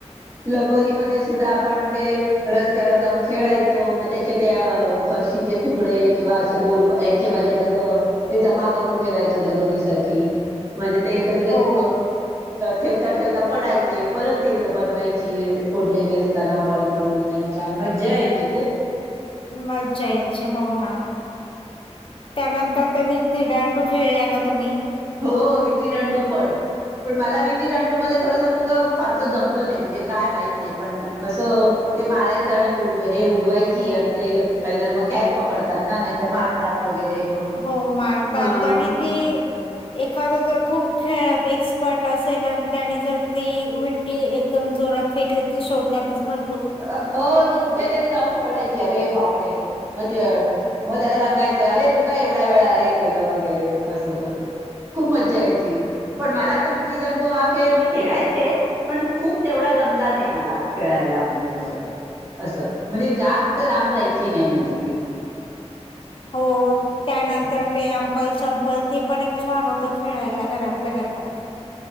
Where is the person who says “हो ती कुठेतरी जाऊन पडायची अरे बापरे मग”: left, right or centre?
Right